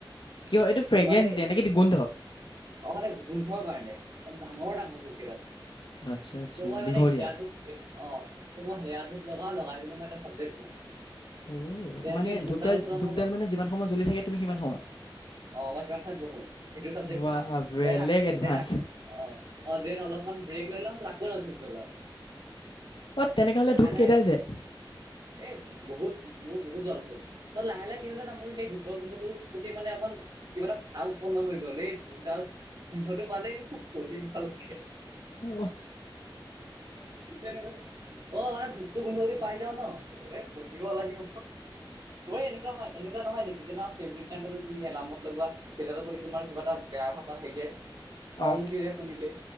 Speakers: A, on the left; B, on the right.
A: কিয় এইটো ফ্ৰেগ্ৰেঞ্চ
B: মানে
A: দিয়ে নে কি গোন্ধ?
B: অ মানে গোন্ধৰ কাৰণে ডাঙৰ - ডাঙৰ ধূপকেইটা,
A: আ- আচ্ছা আচ্ছা
B: ত' মই
A: দীঘলীয়া
B: মানে সেয়া ধূপ সে, অ, ত মই সেয়া ধূপ লগাও, লগাই পিনে মই এটা চাবজেক্ট পঢ়ো।
A: অ
B: দেন
A: মানে
B: সেই ধূপডালো
A: ধূপডাল
B: খতম
A: ধূপডাল
B: হ'ব
A: মানে যিমান সময় জ্বলি থাকে তুমি সিমান সময়
B: অঁ মই সিমান চাই পঢ়ো সিটো চাবজেক্ট
A: ৱাহ
B: পঢ়ো
A: বেলেগ
B: দেন আ
A: এডভান্স
B: দেন অ অ দেন অলপমান ব্ৰেক লৈ লও তাৰপিছত আকৌ এডাল ধূপ জ্বলাও।
A: অ তেনেকে হলে ধূপ
B: লাহে
A: কেইডাল যায়?
B: এ বহুত মোৰ বহুত জ্বলেটো অ লাহে লাহে কি হয় জানা মোৰ সেই ধূপৰ গোন্ধটো প্ৰতি মানে অকন কিবা এটা ভাল পূণ হৈ গ'ল এই ধূপ ডাল গোন্ধটো পালেই পঢ়ি ভাল লাগে।
A: অহ
B: এনেকে অ মানে ধূপটো গোন্ধ যদি পাই যাও ন এ পঢ়িব লাগিব এনেকুৱা হয় এনেকুৱা নহয় নেকি ফেভৰেট গানটো যে তুমি এলাৰ্মত লগোৱা সেইটোৰ প্ৰতি তোমাৰ কিবা এটা বেয়া ভাব আহি যায় খং
A: অ
B: উঠি যায় শুনিলে